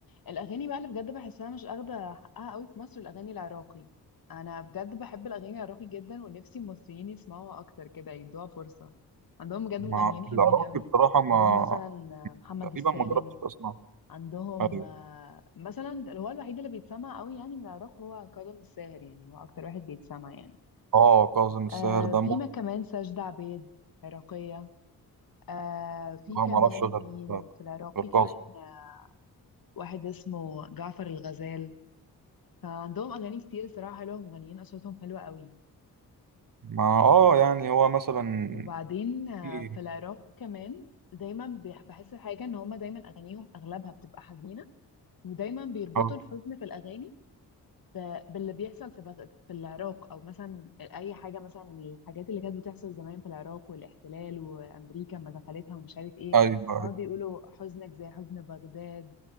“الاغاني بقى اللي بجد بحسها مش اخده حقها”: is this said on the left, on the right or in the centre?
Left